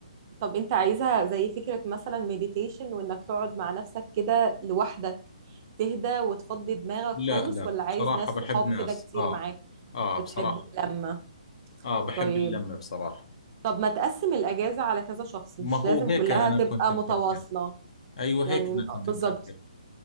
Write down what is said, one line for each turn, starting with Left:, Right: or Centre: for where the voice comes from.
Right: طب انت عايزها زي فكرة مثلا مديتيشن وانك تقعد مع نفسك كده لوحدك تهدى وتفضي دماغك
Left: لا
Right: خالص
Left: لا
Right: ولا عايز
Left: بصراحة
Right: ناس
Left: بحب
Right: صحاب
Left: ناس
Right: كده كتير
Left: اه
Right: معاك
Left: اه
Right: بتحب
Left: بصراحة
Right: اللمة
Left: اه بحب
Right: طيب
Left: اللمة بصراحة
Right: طب ما تقسم الأجازة على كذا شخص
Left: ما
Right: مش
Left: هو
Right: لازم
Left: هيك
Right: كلها
Left: انا
Right: تبقى
Left: كنت مفكر
Right: متواصلة
Left: ايوه
Right: يعني
Left: هيك انا كنت
Right: بالظبط
Left: مفكر